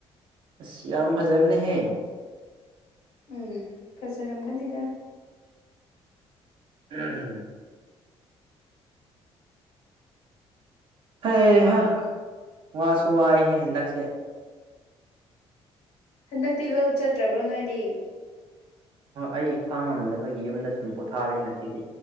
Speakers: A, on the right; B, on the left.
A: ꯢꯁ ꯌꯥꯝ ꯐꯖꯕꯅꯦꯍꯦ꯫
B: ꯎꯝ ꯐꯖꯔꯝꯒꯅꯤꯗ꯫
A: ꯎꯝ꯫ ꯍꯩ-ꯍꯥ ꯋꯥꯁꯨ ꯋꯥ ꯑꯩꯍꯦ ꯍꯟꯗꯛꯁꯦ꯫
B: ꯍꯟꯗꯛꯇꯤ ꯂꯧ ꯆꯠꯇ꯭ꯔꯕ꯭ꯔꯣ ꯅꯣꯏꯗꯤ?
A: ꯑꯩ ꯏꯁꯥ ꯉꯝꯗꯕꯒꯤ ꯌꯨꯝꯗ ꯁꯨꯝ ꯄꯣꯊꯥꯔꯦ ꯉꯁꯤꯗꯤ꯫